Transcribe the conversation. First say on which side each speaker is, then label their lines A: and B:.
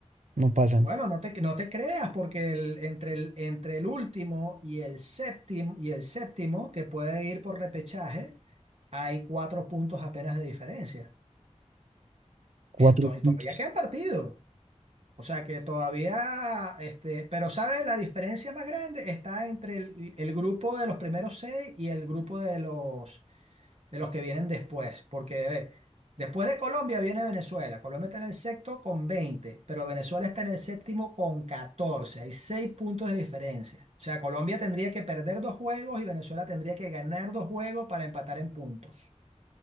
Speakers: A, on the right; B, on the right.
A: no pasan.
B: Bueno, no te, no te creas, porque el- entre el, entre el último y el séptimo, y el séptimo, que puede ir por repechaje, hay cuatro puntos apenas de diferencia.
A: Cuatro
B: Entonces,
A: puntos.
B: todavía quedan partidos. O sea que todavía, este, pero ¿sabes? La diferencia más grande está entre el, el grupo de los primeros seis y el grupo de los de los que vienen después, porque a después de Colombia viene Venezuela. Colombia está en el sexto con veinte pero Venezuela está en el séptimo con catorce Hay seis puntos de diferencia. O sea, Colombia tendría que perder dos juegos y Venezuela tendría que ganar dos juegos para empatar en puntos,